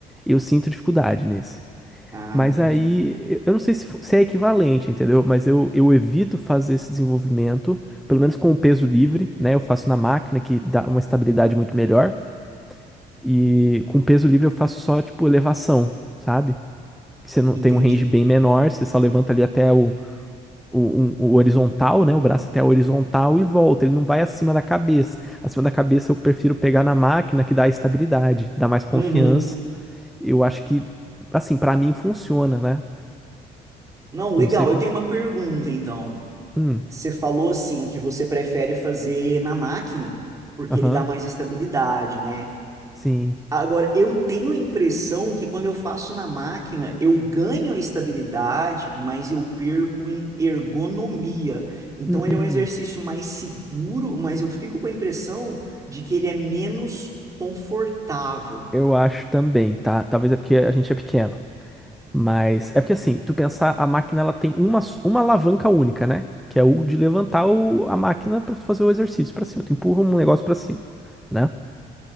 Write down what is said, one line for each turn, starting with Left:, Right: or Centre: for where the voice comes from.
Centre: Eu sinto dificuldade nesse.
Right: Ah,
Centre: Mas
Right: entendi.
Centre: aí, eu não sei se, fo- se é equivalente, entendeu? Mas eu, eu evito fazer esse desenvolvimento, pelo menos com o peso livre, né? Eu faço na máquina, que dá uma estabilidade muito melhor. E com o peso livre eu faço só, tipo, elevação, sabe? Que você não
Right: Entendi.
Centre: tem um range bem menor, você só levanta ali até o o, um- o horizontal, né? O braço até a horizontal e volta. Ele não vai acima da cabeça. Acima da cabeça eu prefiro pegar na máquina que dá estabilidade, dá mais confiança.
Right: Uhum,
Centre: Eu acho que, assim, pra mim funciona, né?
Right: Não,
Centre: Não
Right: legal.
Centre: sei como.
Right: Eu tenho uma pergunta, então.
Centre: Hum,
Right: Você falou assim que você prefere fazer na máquina porque
Centre: aham,
Right: ele dá mais estabilidade, né?
Centre: sim.
Right: Agora, eu tenho a impressão que quando eu faço na máquina, eu ganho a estabilidade, mas eu perco em ergonomia. Então,
Centre: Hum,
Right: ele é um exercício mais seguro, mas eu fico com a impressão de que ele é menos confortável.
Centre: eu acho também, tá? Talvez é porque a gente é pequeno. Mas é porque assim, tu pensar, a máquina ela tem uma, s- uma alavanca única, né? Que é o de levantar o- a máquina pra tu fazer o exercício pra cima. Tu empurra um negócio pra cima, né?